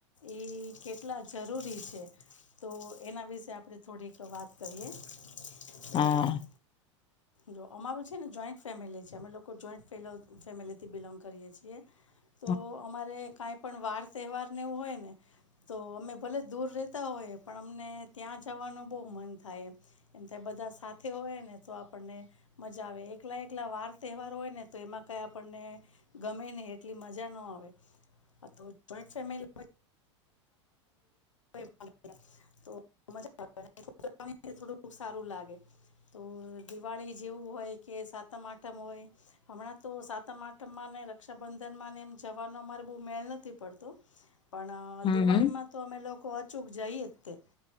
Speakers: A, on the left; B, on the left.
A: એ કેટલા જરૂરી છે તો એના વિશે આપણે થોડીક વાત કરીએ તે
B: હા
A: હ જો અમારું છે ને જોઈન્ટ ફેમિલી છે અમે લોકો જોઈન્ટ ફેલો ફેમિલીથી બિલોંગ કરીએ છીએ.
B: <inaudible>
A: તો અમારે કાંઈ પણ વાર તહેવારને એવું હોય ને તો અમે ભલે દૂર રહેતા હોયએ પણ અમને ત્યાં જવાનું બહુ મન થાય એમ એમ થાય બધા સાથે હોય ને તો આપણને મજા આવે એકલા એકલા વાર તહેવારો હોય ને તો એમાં કઈ આપણને ગમે ને એટલી મજા ન આવે. તો જોઈન્ટ ફેમિલી હોય <unintelligible> તો તો મજા આવે <inaudible> <unintelligible> થોડું સારું લાગે. તો દિવાળી જેવું હોય કે સાતમ આઠમ હોય. હમણાં તો સાતમ આઠમમાં ને રક્ષાબંધન માં ને એમ જવાનો અમારે બહુ મેળ નથી પડતો.
B: <inaudible>
A: પણ
B: હમ
A: દિવાળીમાં
B: હમ
A: તો અમે લોકો અચૂક જઈએ જ તે